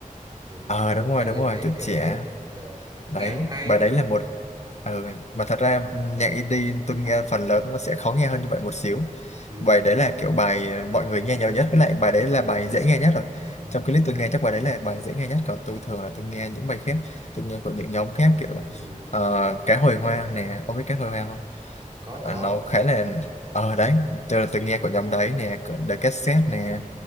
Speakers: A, on the right (about 30°); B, on the left (about 55°).
A: tuổi
B: ờ
A: cả
B: đúng rồi,
A: dạng
B: đúng
A: như
B: rồi,
A: thế
B: tuổi
A: kiểu
B: trẻ
A: thế Ờ,
B: đấy
A: nghe cũng hay
B: bài đấy là một ừ, mà thật ra nhạc indie tôi nghe phần lớn nó sẽ khó nghe hơn như vậy một xíu
A: ừ,
B: bài đấy là kiểu bài mọi người nghe nhiều nhất với lại bài đấy là bài dễ nghe nhất rồi
A: ừ,
B: trong clip tôi nghe chắc bài đấy là bài dễ nghe nhất còn tôi thường là tôi nghe những bài khác tôi nghe của những nhóm khác kiểu
A: ừ.
B: ờ, cá hồi hoang nè ông biết cá hồi hoang không
A: có
B: Ờ,
A: có
B: nó khá là ờ đấy tôi tôi nghe của nhóm đấy nè của The Cassette nè